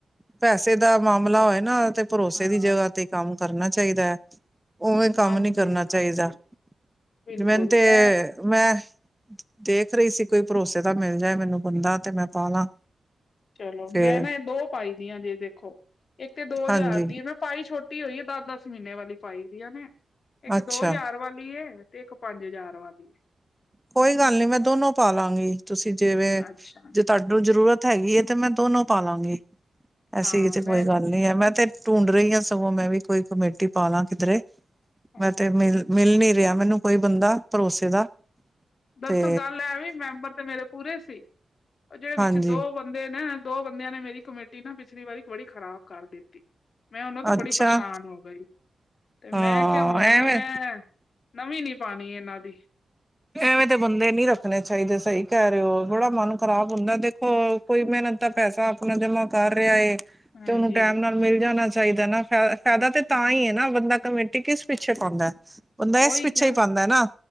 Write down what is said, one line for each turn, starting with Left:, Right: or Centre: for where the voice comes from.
Centre: ਪੈਸੇ ਦਾ ਮਾਮਲਾ ਹੋਏ ਨਾ ਤੇ ਭਰੋਸੇ
Left: ਹਾਂ,
Centre: ਦੀ ਜਗ੍ਹਾ ਤੇ ਈ ਕੰਮ ਕਰਨਾ ਚਾਈਦੈ। ਉਵੇਂ ਕੰਮ
Left: ਹਾਂਜੀ-ਹਾਂਜੀ,
Centre: ਨੀ ਕਰਨਾ ਚਾਈਦਾ।
Left: ਬਿਲਕੁਲ
Centre: ਜੀ ਮੇਨੰ ਤੇ
Left: ਮੈਂ
Centre: ਮੈਂ ਦੇਖ ਰਈ ਸੀ ਕੋਈ ਭਰੋਸੇ ਦਾ ਮਿਲ ਜਾਏ ਮੈਨੂੰ ਬੁੰਦਾ ਤੇ ਮੈਂ ਪਾ ਲਾਂ।
Left: ਚਲੋ
Centre: ਫੇਰ
Left: ਮੈਂ ਨਾ ਏ ਦੋ ਪਾਈ ਦੀਆਂ ਜੇ ਦੇਖੋ ਏੱਕ ਤੇ ਦੋ ਹਜ਼ਾਰ
Centre: ਹਾਂਜੀ
Left: ਦੀ ਐ ਮੈਂ ਪਾਈ ਛੋਟੀ ਹੋਈ ਏ, ਦਸ-ਦਸ ਮਿੰਨ੍ਹੇ ਵਾਲੀ ਪਾਈ ਦੀਆਂ ਨੇ। ਏੱਕ
Centre: ਅੱਛਾ
Left: ਦੋ ਹਜਾਰ ਵਾਲੀ ਏ ਤੇ ਏੱਕ ਪੰਜ ਹਜਾਰ ਵਾਲੀ ਏ।
Centre: ਕੋਈ ਗੱਲ ਨੀ ਮੈਂ ਦੋਨੋ ਪਾ ਲਾਂਗੀ। ਤੁਸੀ ਜਿਵੇਂ
Left: ਅੱਛਾ
Centre: ਜੇ ਤੁਆ ਨੂੰ ਜਰੂਰਤ ਹੈਗੀ ਏ ਤੇ ਮੈਂ ਦੋਨੋ ਪਾਵਾਂਗੀ। ਐਸੀ
Left: ਹਾਂ
Centre: ਏ ਤੇ
Left: ਮੈਂ
Centre: ਕੋਈ ਗੱਲ ਨੀ ਐ। ਮੈਂ ਤੇ ਢੂੰਡ ਰਈ ਆਂ ਸਗੋਂ ਮੈਂ ਵੀ ਕੋਈ ਕਮੇਟੀ ਪਾਲਾਂ ਕਿੱਧਰੇ।
Left: ਹਾਂ-ਹਾਂ,
Centre: ਮੈਂ ਤੇ ਮੇ ਮਿਲ ਨੀ ਰਿਆ ਮੈਨੂੰ ਕੋਈ ਬੰਦਾ ਭਰੋਸੇ ਦਾ।
Left: ਦਰਸਲ
Centre: ਤੇ
Left: ਗੱਲ ਐ ਵੀ ਮੈਂਬਰ ਤੇ ਮੇਰੇ ਪੂਰੇ ਸੀ। ਓ ਜੜੇ ਵਿੱਚ
Centre: ਹਾਂਜੀ
Left: ਦੋ ਵਂ ਦੇ ਨਾ ਦੋ ਬੰਦਿਆਂ ਨੇ ਮੇਰੀ ਕਮੇਟੀ ਨਾ ਪਿਛਲੀ ਵਾਰੀ ਬੜੀ ਖ਼ਰਾਬ ਕਰ ਦਿੱਤੀ। ਮੈਂ ਓਨਾਂ ਤੋਂ ਬੜੀ
Centre: ਅੱਛਾ
Left: ਪਰਸ਼ਾਨ ਹੋ ਗਈ ਤੇ
Centre: ਹਾਂ
Left: ਮੈਂ ਕਿਆ ਹੁਨ
Centre: ਐਵੇਂ
Left: ਮੈਂ ਮੈਂ ਵੀ ਨੀ ਪਾਨੀ ਏਨਾਂ ਦੀ।
Centre: ਐਵੇਂ ਤੇ ਬੰਦੇ ਨੀ ਰੱਖਨੇ ਚਾਈਦੇ। ਸਈ ਕੈ ਰਏ ਓ
Left: ਹਾਂ-ਹਾਂ,
Centre: ਬੜਾ ਮਨ ਖਰਾਬ ਹੁੰਦੈ ਦੇਖੋ ਕੋਈ ਮਿਹਨਤ ਦਾ ਪੈਸਾ ਆਪਣਾ ਜਮਾਂ ਕਰ ਰਿਆ ਏ
Left: ਹਾਂਜੀ।
Centre: ਤੇ ਓਨੂੰ ਟੈਮ ਨਾਲ ਮਿਲ ਜਾਨਾ ਚਾਈਦੈ ਨਾ। ਫ ਫੈਦਾ ਤੇ ਤਾਂ ਈ ਏ ਨਾ ਬੰਦਾ ਕਮੇਟੀ ਕਿਸ ਪਿੱਛੇ ਪਾਂਦੈ। ਬੰਦਾ
Left: ਉਹੀ
Centre: ਐੱਸ ਪਿੱਛੇ
Left: ਕਿਆ
Centre: ਈ ਪਾਂਦੈ ਨਾ